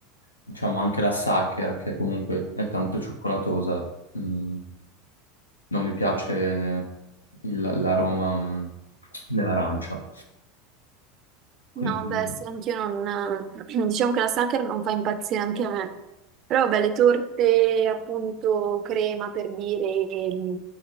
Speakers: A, on the left; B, on the right.
A: diciamo anche la Sacher, che comunque è tanto cioccolatosa, mm, non mi piace il- l'aroma mm, dell'arancia. Quindi
B: No, beh, sì, anch'io non... <clears throat> Diciamo che la Sacher non fa impazzire anche a me. Però, beh, le torte, appunto, crema per dire, e,